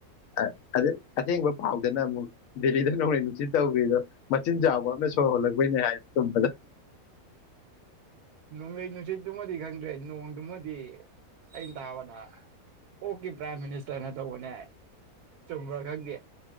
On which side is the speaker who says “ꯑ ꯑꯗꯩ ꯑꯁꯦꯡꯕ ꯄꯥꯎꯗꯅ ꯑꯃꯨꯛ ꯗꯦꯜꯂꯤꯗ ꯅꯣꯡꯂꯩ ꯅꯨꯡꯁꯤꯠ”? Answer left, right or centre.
Left